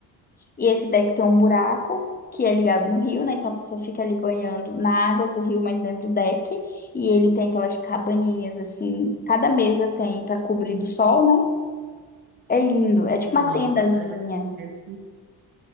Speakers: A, on the left; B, on the right.
A: E esse deck tem um buraco que é ligado no rio, né? Então a pessoa fica ali banhando na água do rio, mas dentro do deck. E ele tem aquelas cabaninhas assim, cada mesa tem para cobrir do sol, né? É lindo, é tipo
B: Nossa,
A: uma tendazinha.
B: vai- deve